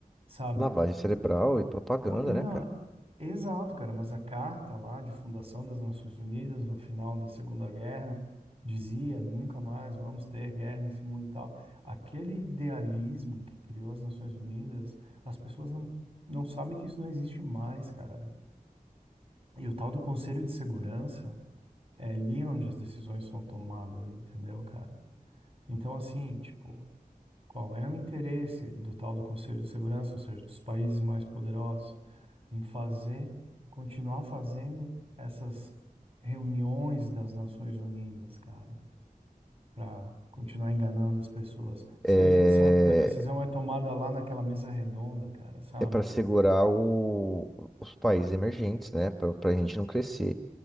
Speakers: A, on the right; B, in the centre.
A: Sabe?
B: Lavagem cerebral e propaganda,
A: Pô, Não,
B: né, cara?
A: exato, cara, mas a carta lá de fundação das Nações Unidas no final da Segunda Guerra dizia nunca mais vamos ter guerra nesse mundo e tal. Aquele idealismo que criou as Nações Unidas, as pessoas não, não sabem que isso não existe mais, cara. E o tal do Conselho de Segurança é ali onde as decisões são tomadas, entendeu, cara? Então, assim, tipo, qual é o interesse do tal do Conselho de Segurança, ou seja, dos países mais poderosos? em fazer, continuar fazendo essas reuniões das Nações Unidas, cara, para continuar enganando as pessoas. Se
B: É,
A: a gente sabe que a decisão é tomada lá naquela mesa redonda, cara, sabe,
B: é para
A: velho?
B: segurar o- os países emergentes, né? Pra, pra gente não crescer,